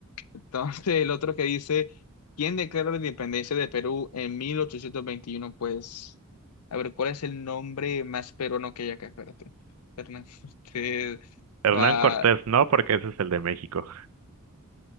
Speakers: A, on the left; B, on the right.
A: Entonces, el otro que dice, ¿quién declaró la independencia de Perú en mil ochocientos veintiuno, Pues, a ver, ¿cuál es el nombre más peruano que hay acá? Espérate. Hernán Cortés. <laughs>
B: Hernán
A: Ah,
B: Cortés no, porque ese es el de México.